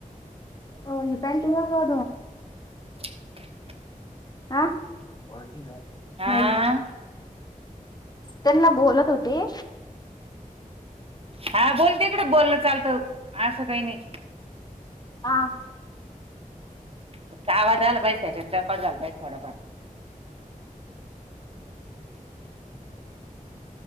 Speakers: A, on the left; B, on the right.
A: हो ही पॅन्टी बघा
B: <unintelligible>
A: आ? <unintelligible>
B: हा
A: नाही. त्यांना बोलत होते.
B: हा बोल तिकडं बोललं चालतं असं काही नाही.
A: हा.
B: फक्त आवाज आला पाहिजे त्याच्यात रेकॉर्ड झालं पाहिजे थोडफार.